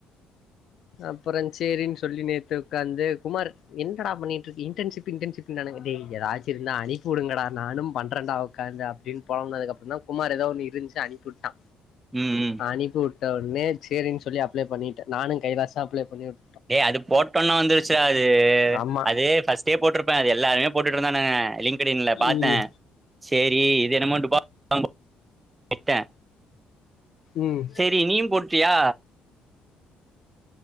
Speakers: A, on the left; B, on the right.
A: அப்பறோ சேரின் சொல்லி நேத்து உக்காந்து குமார் என்னடா பண்ணிட்ருக் இன்டர்ன்ஷிப் இன்டர்ன்ஷிப்ன்னானுங்க டே எதாச்சிருந்தா அனிப் உடுங்கடா நானு பண்றன்டா உக்காந்து அப்படின் பொலம்புனதுக் அப்பறோ தா குமார் ஏதோ ஒன்னு இருந்ச்சு அனிப்புட்டா
B: ம் ம்.
A: அனிப்புட்டா உட்னே சேரின் சொல்லி அப்ளே பண்ணிட்ட நானு கைலாசு அப்ளே பண்ணிவுட்
B: டே அது போட்டன்னோ வந்துருச்சுடா அது
A: ஆமா
B: அது ஃபஸ்ட்டே போட்ருப்பே அது எல்லார்மே போட்டுட் இருந்தானுக லிங்க்டின்ல பாத்தே
A: ம்
B: சேரி இது என்னமோ டுபா <inaudible> விட்டே
A: ம்
B: செரி நீயு போட்டியா